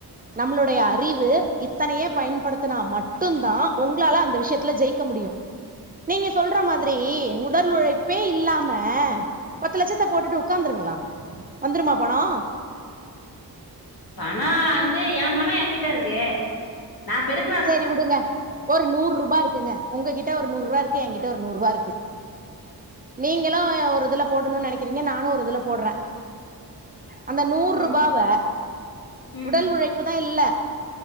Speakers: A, on the right; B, on the left.
A: நம்மளுடைய அறிவு இத்தனைய பயன்படுத்துனா மட்டுந்தா உங்களால அந்த விஷ்யத்துல ஜெயிக்க முடியு நீங்க சொல்ற மாதிரி உடல் உழைப்பே இல்லாம பத்து லட்சத்த போட்டுட்டு உக்காந்துருங்களா வந்துருமா பணோ
B: பணோ வந்து எயா பணோ என்கிட்ட இருக்கு நா பெருக்
A: சேரி விடுங்க ஒரு நூர்ரூபா இருக்குங்க உங்க கிட்ட ஒரு நூர்ரூவா இருக்கு எங்கிட்ட ஒரு நூர்ரூவா இருக்கு நீங்களு ஒரு இதுல போடுனுன் நெனைக்றீங்க நானு ஒரு இதுல போட்ற அந்த நூர்ரூபாவ
B: ம் ம்
A: உடல் உழைப் க்கு தா இல்ல